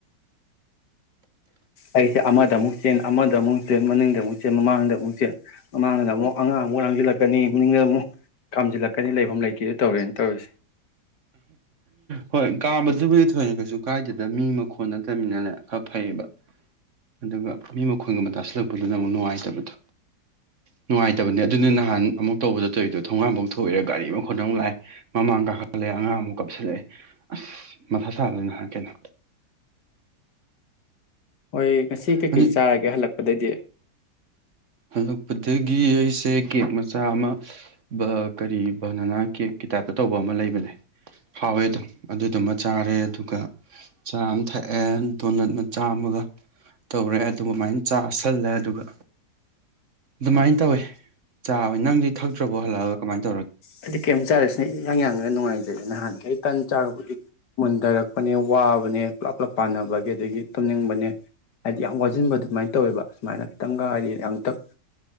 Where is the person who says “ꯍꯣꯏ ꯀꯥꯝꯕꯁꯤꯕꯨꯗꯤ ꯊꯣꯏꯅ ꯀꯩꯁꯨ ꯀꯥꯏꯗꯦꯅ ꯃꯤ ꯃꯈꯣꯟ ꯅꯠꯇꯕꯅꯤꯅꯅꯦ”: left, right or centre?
Right